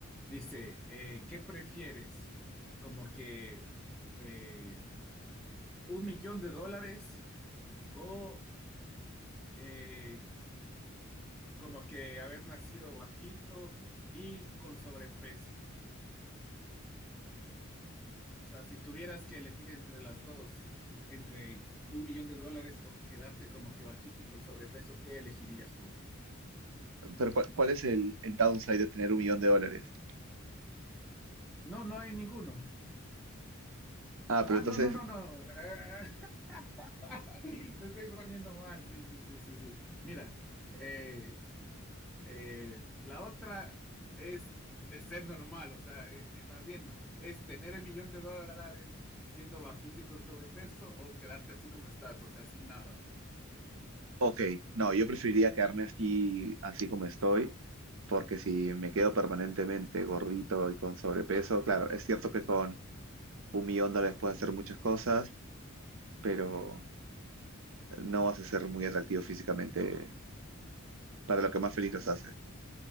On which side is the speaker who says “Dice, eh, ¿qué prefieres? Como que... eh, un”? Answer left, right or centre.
Centre